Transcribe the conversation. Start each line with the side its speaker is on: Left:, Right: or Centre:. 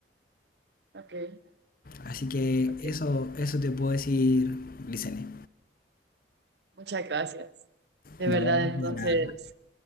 Right: okay,
Left: Así que
Right: ok.
Left: eso, eso te puedo decir, Licene.
Right: Muchas gracias. De
Left: No,
Right: verdad,
Left: de
Right: entonces,
Left: nada.